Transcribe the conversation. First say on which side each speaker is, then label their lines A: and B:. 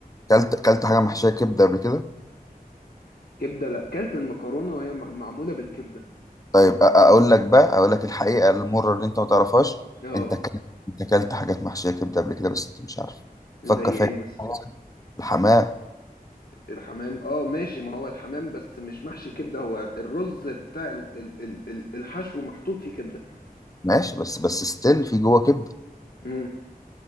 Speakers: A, on the left (about 20°); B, on the left (about 75°).
A: كلت كلت حاجة محشية كبدة قبل كده
B: كبدة لا كلت المكرونة وهي مع- معمولة بالكبدة
A: طيب أ- أ- أقول لك بقى أقول لك الحقيقة المرة اللي أنت ما تعرفهاش
B: اه
A: أنت كلت أنت كلت حاجات محشية كبدة قبل كده بس أنت مش عارف فكر
B: زي ايه
A: فيها كده.
B: مثلا
A: الحمام
B: الحمام اه ماشي ما هو الحمام بس مش محشي كبدة هو الرز بتاع ال- ال- ال- ال- الحشو محطوط فيه كبدة
A: ماشي بس بس ستيل في جوه كبدة
B: امم